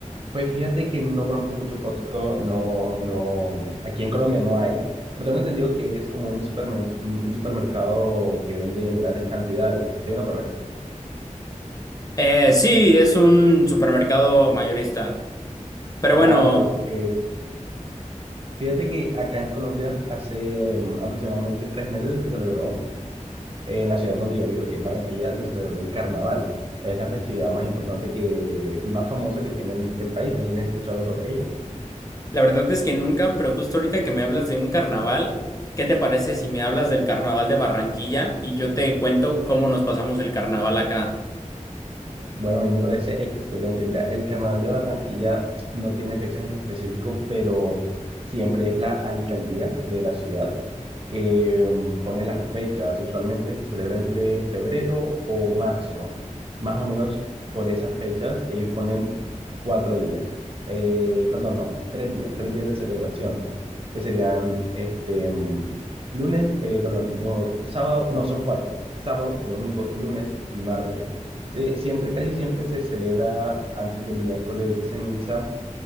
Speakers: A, on the right; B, on the left.
A: Pues fíjate que no conozco mucho Costco, no, no, aquí en Colombia no hay, pero tengo entendido que es como un supermen- un supermercado que vende en grandes cantidades. ¿Estoy en lo correcto?
B: Eh, sí, es un supermercado mayorista. Pero bueno.
A: Ah, ok. Fíjate que acá en Colombia hace em, aproximadamente tres meses se celebró en la ciudad donde yo vivo, que es Barranquilla, se celebró el carnaval. Es la festividad más importante que, y más famosa que tiene el, el país. No sé si has escuchado sobre ella.
B: La verdad es que nunca, pero justo ahorita que me hablas de un carnaval, ¿qué te parece si me hablas del carnaval de Barranquilla y yo te cuento cómo nos pasamos el carnaval acá?
A: Bueno, a mí me parece excelente. Mira, el Carnaval de Barranquilla no tiene fechas en específico, pero siempre es la alcaldía de la ciudad que mm, pone las fechas. Usualmente se celebra entre febrero o marzo. Más o menos por esas fechas ellos ponen cuatro días. Eh, perdón, no, tres días, tres días de celebración, que serían este mm, lunes, eh, perdón, do- sábado, no, son cuatro, sábado, domingo, lunes y martes. Sí, siempre, casi siempre se celebra antes del miércoles de ceniza